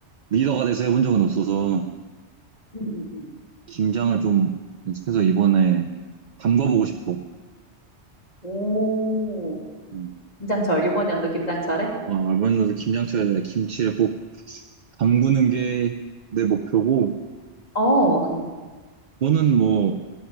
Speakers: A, on the right (about 50°); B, on the left (about 35°).
A: 리더가 돼서 해본 적은 없어서,
B: 응, 응, 응.
A: 김장을 좀 연습해서 이번에 담가보고
B: 응.
A: 싶어.
B: 오,
A: 음.
B: 김장철. 이번 연도 김장철에?
A: 어, 이번에도 김장철에 김치를 꼭 담그는 게 내 목표고,
B: 어, 응,
A: 너는 뭐,